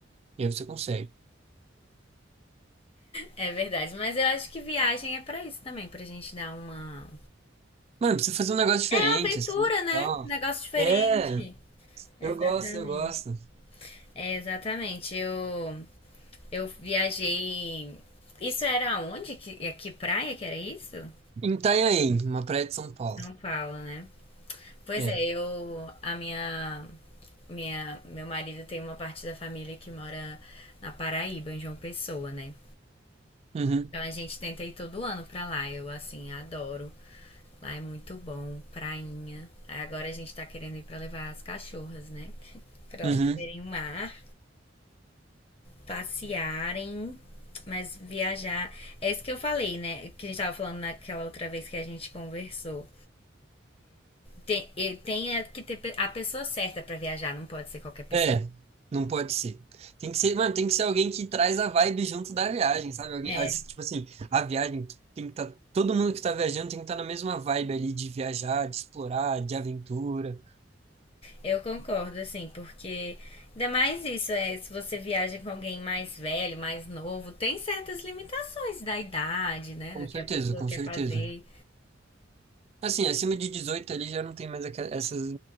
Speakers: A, on the right; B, on the left.
A: E aí você consegue.
B: É verdade, mas eu acho que viagem é pra isso também, pra gente dar uma.
A: Mano, precisa fazer um negócio diferente,
B: É uma aventura,
A: assim, e
B: né?
A: tal.
B: Um negócio diferente.
A: É,
B: Exatamente.
A: eu gosto, eu gosto.
B: É, exatamente. Eu, eu viajei. Isso era onde? Que, a que praia que era isso?
A: Em Itanhaém, uma praia de São Paulo.
B: São Paulo, né? Pois
A: É.
B: é, eu. A minha. Minha, meu marido tem uma parte da família que mora na Paraíba, em João Pessoa, né?
A: Uhum,
B: Então a gente tenta ir todo ano pra lá. Eu, assim, adoro. Lá é muito bom, prainha. Aí agora a gente tá querendo ir pra levar as cachorras, né? <laughs> pra
A: uhum.
B: elas verem o mar, passearem, mas viajar. É isso que eu falei, né? Que a gente tava falando naquela outra vez que a gente conversou. Tem, e tem a- que ter pe- a pessoa certa pra viajar, não pode ser qualquer pessoa.
A: É, não pode ser. Tem que ser, mano, tem que ser alguém que traz a vibe junto da viagem, sabe? Alguém,
B: É,
A: ah, se- tipo assim, a viagem tu tem que estar, todo mundo que tá viajando tem que estar na mesma vibe ali de viajar, de explorar, de aventura.
B: Eu concordo, assim, porque ainda mais isso, é, se você viaja com alguém mais velho, mais novo, tem certas limitações da idade, né?
A: Com
B: Do
A: certeza,
B: que a pessoa
A: com
B: quer
A: certeza.
B: fazer.
A: Assim, acima de 18 ali já não tem mais aqua- essas